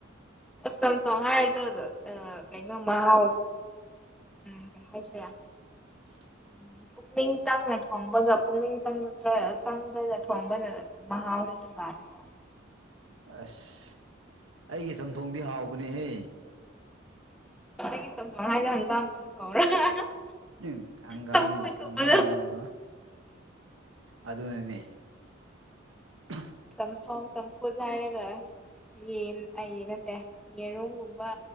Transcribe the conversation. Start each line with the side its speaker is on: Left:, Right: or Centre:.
Centre: ꯑꯁ ꯆꯝꯊꯣꯡ ꯍꯥꯏꯔꯁꯨ ꯑꯥ ꯀꯩꯅꯣ ꯃꯍꯥꯎ ꯎꯝ ꯍꯥꯏꯁꯤꯔ
Right: <inaudible>
Centre: ꯎꯝ ꯄꯨꯛꯅꯤꯡ ꯆꯪꯅ ꯊꯣꯡꯕꯒ ꯄꯨꯛꯅꯤꯡ ꯆꯪꯗ꯭ꯔ ꯆꯪꯗ꯭ꯔꯒ ꯊꯣꯡꯕꯅ <unintelligible>
Right: ꯑꯁ ꯑꯩꯒꯤ ꯆꯝꯊꯣꯡꯗꯤ ꯍꯥꯎꯕꯅꯤꯍꯦ
Centre: <unintelligible>
Right: ꯎꯝ ꯍꯪꯒꯥꯝ
Centre: ꯆꯝꯐꯨꯠꯀꯨꯝꯕꯗꯣ
Right: ꯍꯪꯒꯥꯝꯒꯨꯝꯕꯒ ꯑꯗꯨꯅꯅꯦ <unintelligible>
Centre: ꯆꯝꯊꯣꯡ ꯆꯝꯐꯨꯠ ꯍꯥꯏꯔꯒ ꯌꯦꯟ ꯑꯩ ꯅꯠꯇꯦ ꯌꯦꯔꯨꯝꯒꯨꯝꯕ